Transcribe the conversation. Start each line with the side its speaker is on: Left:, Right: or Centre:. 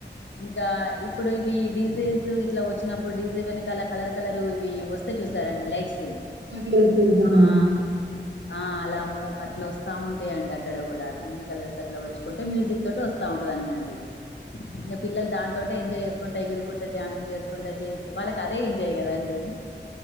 Left: ఇంకా ఇప్పుడు ఇవి డిజెస్ ఇట్లా వచ్చినప్పుడు డీజె వెనకాల కలర్ కలర్ ఇవి వస్త వస్తే చూసారండి లైట్స్
Right: తెలుసు తెలుసు అవును
Left: ఆ ఆ అలాము అట్లా వస్తా ఉంటాయండి అక్కడ కూడా అన్ని కలర్స్ అట్లా వచ్చుకుంటే మ్యూజిక్ తోటి వస్తా ఉంటా అండి ఇంకా పిల్లలు దానితోటి ఎంజాయ్ చేసుకుంటా ఎగురుకుంటే డ్యాన్సులు చేసుకుంటా వాళ్ళకి అదే ఎంజాయ్ కదండి